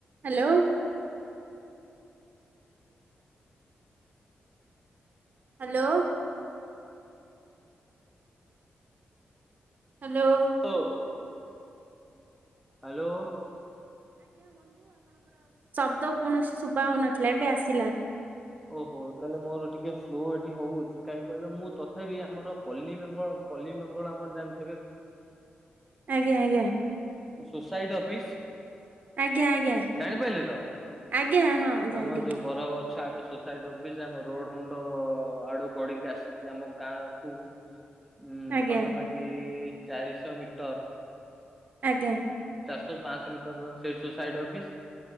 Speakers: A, on the right; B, in the centre.
A: Hello. Hello. Hello.
B: ଓ hello.
A: ଶଦ କୌଣସି ଶୁଭା ହଉନଥିଲା ଏବେ ଆସିଲା।
B: ଓହୋ ତାହେଲେ ମୋର ଟିକେ ସ୍ଲୋ ଏଠି ହଉଅଛି। କାହିଁ କହିଲ ମୁଁ ତଥାପି ଆମର ପଲ୍ଲୀଙ୍ଗଳ ପଲ୍ଲୀ ମଙ୍ଗଳା ଆମର ଜାଣିଥିବେ।
A: <inaudible> ଆଜ୍ଞା
B: ସୋସାଇଟି ଅଫିସ୍।
A: ଆଜ୍ଞା ଆଜ୍ଞା
B: ଜାଣିପାରିଲେ ତ
A: ଆଜ୍ଞା ହଁ ଜାଣିଲି
B: ଆମ ଯୋଉ ବର ଗଛ। ଆଗ ସ ସାଇଡ ଅଫିସ ଆମ ରୋଡ ମୁଣ୍ଡ ଆଡୁ ଗଡିକି ଆସିକି ଆମ ଗାଁ କୁ ଉଁ
A: ଆଜ୍ଞା
B: ପାଖାପାଖି ଚାରିଶହ ମିଟର।
A: ଆଜ୍ଞା।
B: ଚାରିଶହ ପାଞ୍ଚଶହ ମିଟର ସେ ସୋସାଇଟ ଅଫିସ୍।